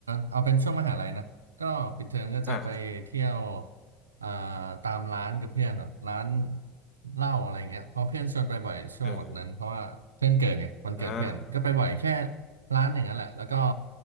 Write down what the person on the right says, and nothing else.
เอาเป็นช่วงมหาลัยนะก็ปิดเทอมก็จะไปเที่ยว
อ่าตามร้านกับเพื่อนแบบร้านเหล้าอะไรเงี้ยเพราะเพื่อนชวนไปบ่อยช่วงแบบนั้นเพราะว่าเพื่อนเกิดไงวันเกิดเพื่อนก็ไปบ่อยแค่
ร้านอย่างนั้นแหละแล้วก็